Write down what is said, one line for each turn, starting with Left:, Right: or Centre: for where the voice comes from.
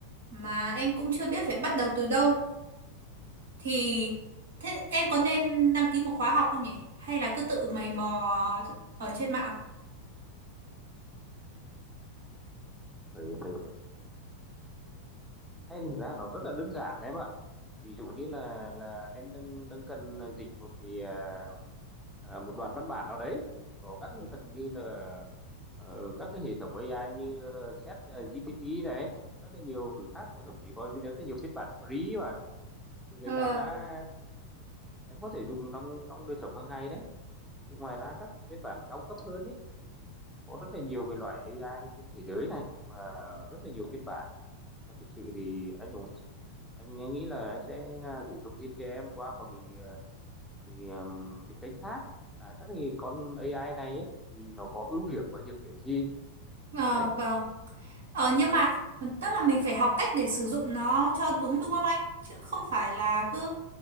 Right: Mà em cũng chưa biết phải bắt đầu từ đâu. Thì thế em có nên đăng ký một khóa học không nhỉ? Hay là cứ tự mày mò ở trên mạng?
Centre: phải phải phải thực ra nó rất là đơn giản đấy em ạ ví dụ như là là em đang đang cần dịch một cái à, à, một đoạn văn bản nào đấy thì có các cái phần như là ờ, các cái hệ thống AI như ờ, chat ờ, GPT này các cái nhiều thứ khác mà thậm chí có rất là nhiều phiên bản free mà thì người
Right: Ờ,
Centre: ta đã em có thể dùng trong trong đời sống hàng ngày đấy thì ngoài ra các cái phiên bản cao cấp hơn ấy thì thì có rất là nhiều cái loại AI trên thế giới này mà rất là nhiều phiên bản và thực sự thì anh Hùng anh, anh nghĩ là anh sẽ gửi thông tin cho em qua một cái ờ, cái, um, cái kênh khác à, các cái con AI này ấy, thì nó có ưu điểm và nhược điểm gì
Right: ờ,
Centre: đấy
Right: vâng. Ờ nhưng mà tức là mình phải học cách để sử dụng nó cho đúng đúng không anh? Chứ không phải là cứ